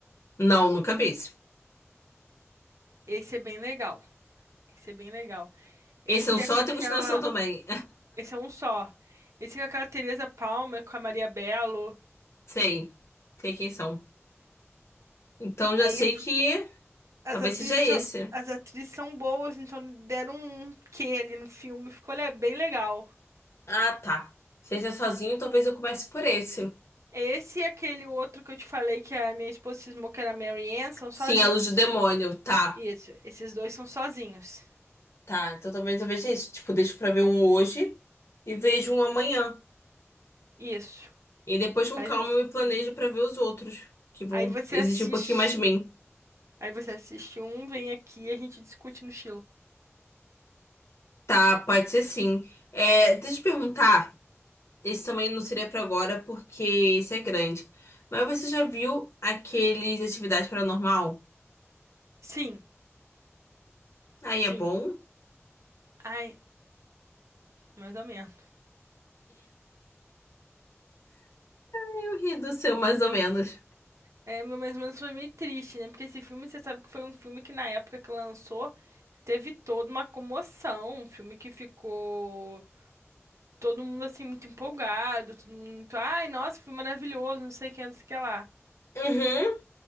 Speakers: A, on the left; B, on the right.
A: Não, nunca vi esse.
B: Esse é bem legal. Esse é bem legal. Esse
A: Esse é um só
B: é com aquela.
A: tem continuação também.
B: Esse é um só. Esse é com aquela Teresa Palmer, com a Maria Bello.
A: <laughs> Sei. Sei quem são. Então já
B: Aí
A: sei que
B: as
A: talvez
B: atrizes
A: seja
B: são,
A: esse.
B: as atrizes são boas, então deram um quê ali no filme. Ficou le- bem legal.
A: Ah, tá. Se esse é sozinho, talvez eu comece por esse.
B: Esse e aquele outro que eu te falei que a minha esposa cismou que era Mary Ann são sozinhos.
A: Sim, é a luz do demônio. Tá.
B: Isso, esses dois são sozinhos.
A: Tá, então talvez eu veja esse. Tipo, deixo pra ver um hoje e vejo um amanhã.
B: Isso,
A: E depois com
B: faz
A: calma
B: assim.
A: eu me planejo pra ver os outros, que vão
B: Aí você
A: exigir
B: assiste.
A: um pouquinho mais de mim.
B: Aí você assiste um, vem aqui e a gente discute no estilo.
A: Tá, pode ser sim. É, deixa eu te perguntar. Esse também não seria pra agora, porque esse é grande. Mas você já viu aqueles Atividade Paranormal?
B: Sim,
A: Aí
B: sim.
A: é bom.
B: Ai, mais ou menos.
A: Aí eu ri do seu, mais ou menos.
B: É, mas mais ou menos foi meio triste, né? Porque esse filme, você sabe que foi um filme que na época que lançou, teve toda uma comoção. Um filme que ficou todo mundo assim muito empolgado, todo mundo muito, ai, nossa, foi maravilhoso, não sei o que, não sei o que lá.
A: Uhum.